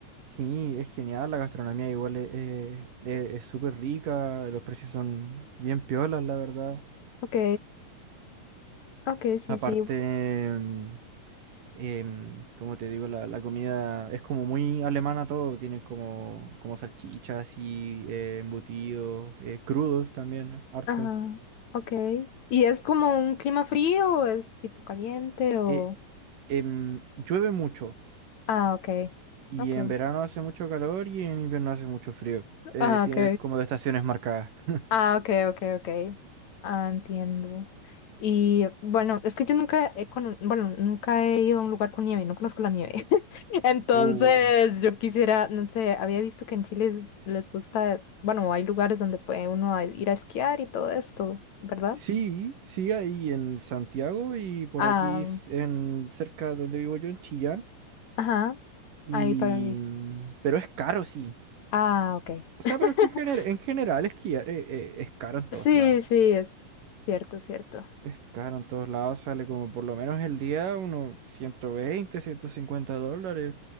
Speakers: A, on the right; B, on the left.
A: Sí, es genial, la gastronomía igual es, eh, eh, es súper rica, los precios son bien piolas, la verdad.
B: Ok. Ok, sí,
A: Aparte,
B: sí.
A: em, em, como te digo, la, la comida es como muy alemana todo, tienen como, como salchichas y eh, embutidos, eh, crudos también, harto.
B: Ajá. Ok. ¿Y es como un clima frío o es tipo caliente o...?
A: Eh, em, llueve mucho
B: Ah, ok.
A: y
B: Ok.
A: en verano hace mucho calor y en invierno hace mucho frío. Eh,
B: Ah,
A: tiene
B: ok.
A: como de estaciones marcadas. <laughs>
B: Ah, ok, ok, ok. Ah, entiendo. Y bueno, es que yo nunca he cono- bueno, nunca he ido a un lugar con nieve, no conozco la nieve. <laughs> Entonces,
A: Oh.
B: yo quisiera, no sé, había visto que en Chile les gusta, bueno, hay lugares donde puede uno a- ir a esquiar y todo esto, ¿verdad?
A: Sí, sí, ahí en Santiago y por
B: Ah,
A: aquí s- en cerca donde vivo yo, en Chillán.
B: ajá,
A: Y...
B: ahí para mí.
A: Pero es caro, sí.
B: Ah, ok.
A: O sea,
B: <laughs>
A: pero es que en, gener- en general esquiar eh, eh, es caro en todos
B: Sí,
A: lados.
B: sí, es cierto, cierto.
A: Es caro en todos lados, sale como por lo menos el día unos 120, 150 dólares.